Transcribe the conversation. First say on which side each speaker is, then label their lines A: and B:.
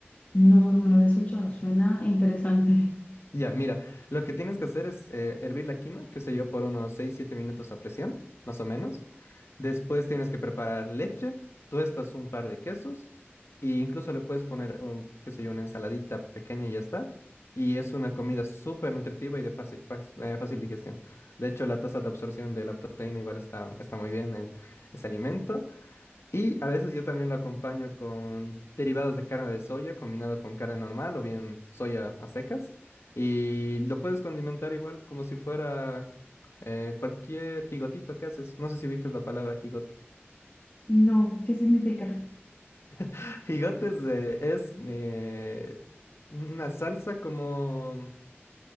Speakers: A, on the left (about 40°); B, on the left (about 85°).
A: No, no lo había escuchado. Suena interesante.
B: Ya, mira, lo que tienes que hacer es eh, hervir la quinoa, qué sé yo, por unos seis siete minutos a presión, más o menos. Después tienes que preparar leche, tuestas un par de quesos e incluso le puedes poner, un, qué sé yo, una ensaladita pequeña y ya está. Y es una comida súper nutritiva y de fácil, fácil, eh, fácil digestión. De hecho, la tasa de absorción de la proteína igual está, está muy bien en ese alimento. Y a veces yo también lo acompaño con derivados de carne de soya combinado con carne normal o bien soya a secas. Y lo puedes condimentar igual como si fuera eh, cualquier gigotito que haces. No sé si ubicas la palabra jigote.
A: No, ¿qué significa?
B: <laughs> Jigote es, eh, es, eh, una salsa como